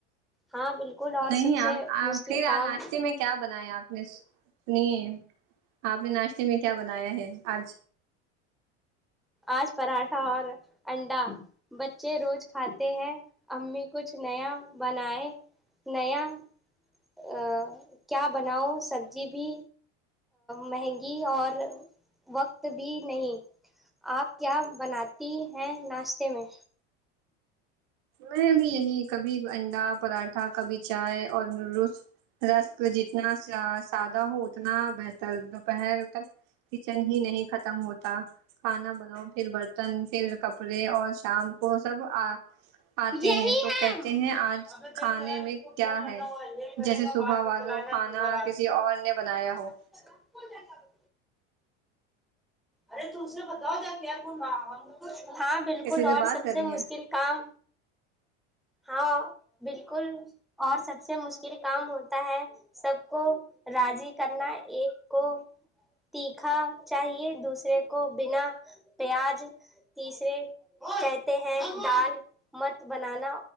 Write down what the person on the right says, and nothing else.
نہیں
اپ آپ
پھر
ا ناشتے میں کیا بنایا آپ نے سنیے آپ نے ناشتے میں کیا بنایا ہے آج
میں بھی یہی کبھی انڈا پراٹھا کبھی چائے اور نوڈولس رسک جتنا سا سادہ ہو اتنا بہتر دوپہر تک کچن ہی نہیں ختم ہوتا کھانا بناؤ پھر برتن پھر کپڑے اور شام کو سب آتے
ہیں تو
کہتے ہیں آج
کھانے
میں
کیا
ہے
جیسے
صبح
والو
کھانا
کسی
اور نے بنایا ہو
کسی
بات
کر
رہی
ہیں